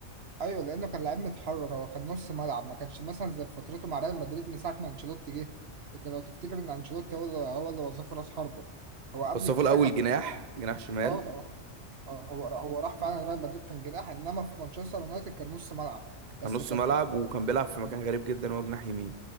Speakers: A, on the right (about 60°); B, on the right (about 40°).
A: ايوه لانه كان لعيب متحرر هو كان نص ملعب ما كانش مثلا زي فترته مع ريال مدريد من ساعه ما انشيلوتي جه انت لو تفتكر ان انشيلوتي هو اللي هو اللي وظفه راس حربه هو قبل
B: بس هو
A: كده
B: في الاول
A: كان
B: جناح
A: ب-
B: جناح شمال
A: اه اه آه، هو هو راح فعلا ريال مدريد كان جناح انما في مانشستر يونايتد كان نص ملعب
B: كان
A: بس
B: نص
A: كان
B: ملعب
A: ايه
B: وكان بيلعب في مكان
A: كان-
B: غريب جدا هو جناح يمين